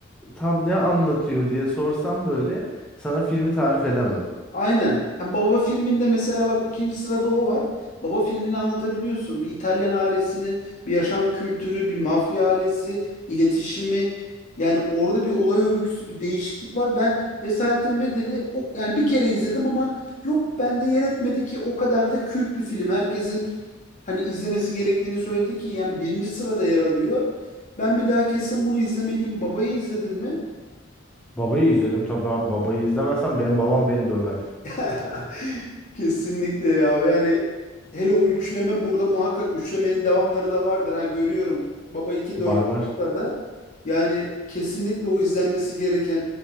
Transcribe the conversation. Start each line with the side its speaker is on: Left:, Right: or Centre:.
Centre: tam ne anlatıyor diye sorsam böyle sana filmi tarif edemem.
Left: Aynen. Ha, Baba filminde mesela bak ikinci sırada o var. Baba filmini anlatabiliyorsun. Bir İtalyan ailesinin bir yaşam kültürü, bir mafya ailesi, iletişimi. Yani orada bir olay örgüsü, bir değişiklik var. Ben Esaretin Bedeli o, yani bir kere izledim ama yok bende yer etmedi ki o kadar da kült bir film. Herkesin hani izlemesi gerektiğini söyledi ki yani birinci sırada yer alıyor. Ben bir daha kesin bunu izlemeliyim. Babayı izledin mi?
Centre: Babayı izledim tabii abi. Babayı izlemezsem benim babam beni döver.
Left: <laughs> Kesinlikle ya. Yani hele o üçleme burada muhakkak üçlemenin devamları da vardır. Ha görüyorum. Baba iki
Centre: Var
Left: 4
Centre: var.
Left: da yani kesinlikle o izlenmesi gereken